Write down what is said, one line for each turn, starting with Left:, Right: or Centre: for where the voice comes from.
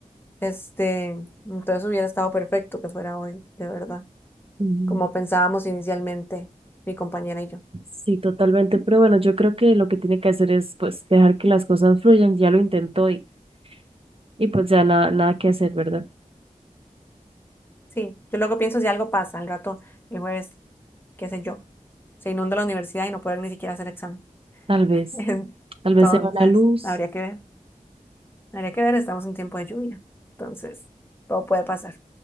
Left: este, entonces hubiera estado perfecto que fuera hoy, de verdad,
Right: Mm,
Left: como pensábamos inicialmente mi compañera y yo.
Right: Sí, totalmente, pero bueno, yo creo que lo que tiene que hacer es pues dejar que las cosas fluyan, ya lo intentó y, y pues ya nada, nada que hacer, ¿verdad?
Left: Sí, yo luego pienso si algo pasa al rato, el jueves, qué sé yo, se inunda la universidad y no pueden ni siquiera hacer examen.
Right: Tal vez,
Left: <laughs>
Right: tal
Left: Entonces,
Right: vez se va la luz.
Left: habría que ver, habría que ver, estamos en tiempo de lluvia. Entonces, todo puede pasar.